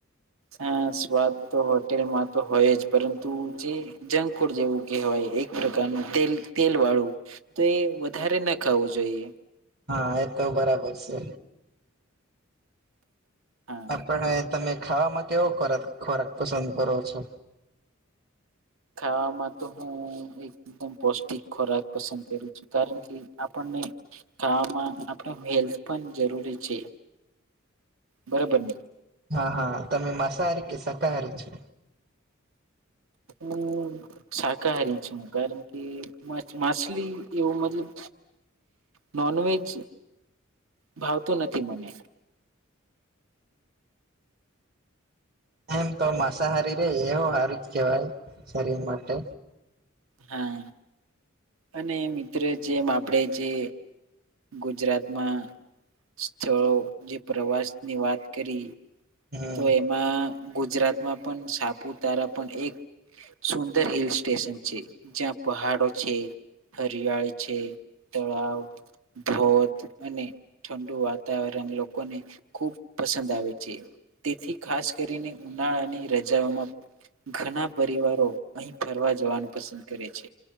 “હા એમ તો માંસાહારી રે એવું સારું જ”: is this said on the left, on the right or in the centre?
Right